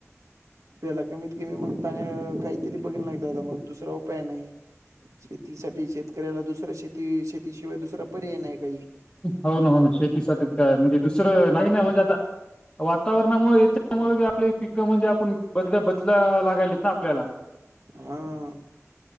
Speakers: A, on the right; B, on the left.
A: पेला कमीत कमी मग पाणी काहीतरी बघल नाही ते दादा मग दुसरा उपाय नाही शेतीसाठी शेतकऱ्याला दुसरा शेती शेतीशिवाय दुसरा पर्याय नाही काही.
B: हो ना हो ना शेतीसाठी काय म्हणजे दुसरं नाही ना म्हणजे आता वातावरणामुळे याच्यामुळे आपले पिकं म्हणजे आपण बदल बदला लागलेत ना आपल्याला? <inaudible>
A: हा.